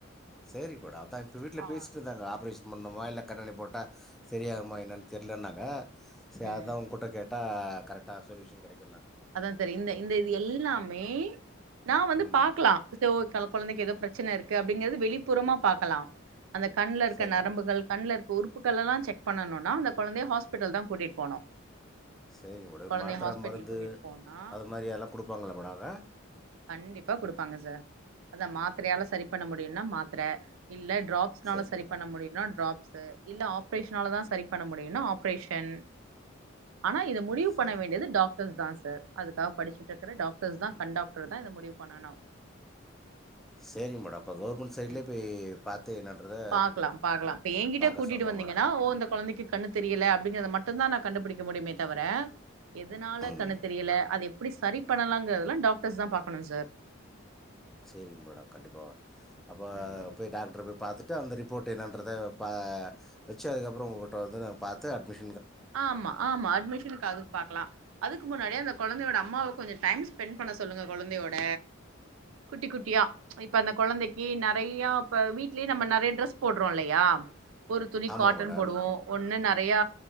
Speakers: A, in the centre; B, on the right.
A: செரிப்படாம் இப்ப வீட்ல
B: ஆ
A: பேசிட்டு இருந்தங்க ஆப்ரேஷன் பண்ணுமா இல்ல கண்ணாடி போட்டா செரியாகுமா என்னன்னு தெரியிலன்னாங்க த
B: ம்
A: அதான் உங்ககிட்ட கேட் ஆ கரக்டா சொல்லியூஷன் கடைக்கோ
B: அதான் செரி இந்த இந்த இது எல்லாமே நான் வந்து
A: ம்
B: பாக்கலாம் <unintelligible> கொழந்தைக்கு ஏதோ பிரச்சனை இருக்கு அப்படிங்கறது வெளிப்புறமா பா்கக்கலா அந்த கண்ல இருக்க
A: சரிங்க
B: நரம்புகள்
A: மேடம்
B: கண்ல இருக் உறுப்புகள் எல்லாம் செக் பண்ணனுனா அந்த கொழந்தைய ஹாஸ்பிட்டல் தான் கூட்டிட்டு போனு
A: செரி உட
B: கொழந்தைய
A: மாத்திர
B: ஹாஸ்பிட்டல்
A: மருந்து
B: கூட்டிட்டு
A: அ
B: போனா
A: அதுமாரில்லா குடுப்பாங்களா மேடோ அத
B: கண்டிப்பா குடுப்பாங்க சார் அத மாத்திரையால சரி பண்ண முடியும்னா மாத்திர இல்ல டிராப்ஸ்னால
A: சரிங்க
B: சரி
A: மேடம்
B: பண்ண முடியும்னா டிராப்சு இல்ல ஆப்ரேஷனால தான் சரி பண்ண முடியும்ன ஆப்ரேஷன் ஆனா இத முடிவு
A: சரி
B: பண்ண வேண்டியது டாக் டாக்டர்ஸ் தான் சார் அதுக்காக படிச்சிட்டு இருக்கற டாக்டர்ஸ் தான் கண்டாக்ட் டாக்டர் தான் இந்த முடிவு பண்ணனு
A: சரி மேடம் அப்போ கவர்மெண்ட் சைட்லேயே
B: ம்
A: போய் பார்த்து என்னன்றதை
B: பாக்கலா பாக்கலா இப்ப எங்கிட்டே
A: பார்க்க
B: கூட்டிட்டு
A: சொல்கிறேன்
B: வந்தீங்கன்னா
A: மேடம்
B: ஓ இந்த கொழந்தைக்கு கண்ணு தெரியல அப்படிங்கறத மட்டுதான் ந கண்டுபுடிக்க முடியுமே தவிர எதனால
A: ம்
B: கண்ணு தெரியல அத எப் அப்டி சரி பண்ணலாங்குறதெல்லா டாக்டர்ஸ் தான் பாக்கணு சார்
A: செரிங்க மேடம் கண்டிப்பா அப்ப
B: ம்
A: போய் டாக்டர போய் பாத்துட்டு அந்த ரிப்போர்ட் என்னறத ப வச்சு அதுக்கப்புறோ உங்ககிட்ட வந்து பாத்து அட்மிஷன்
B: ஆமா ஆமா அட்மிஷனுக்கு அதுக்கு பாக்கலா அதுக்கு முன்னாடியடிே அந்த கொழந்தையோட அம்மாவுக் கொஞ்ச டைம் ஸ்பெண்ட் பண்ண சொல்லுங்க கொழந்தையோட குட்டி குட்டியா இப்ப அந்த கொழந்தைக்கு நெறையா இப்ப வீட்லயே நம்ம நெறையா ட்ரெஸ் போடுறோல்லயா ஒரு துணி
A: ஆமாங்க
B: காட்டன்
A: மேடம்
B: போடுவோ ஒன்னு ந றையா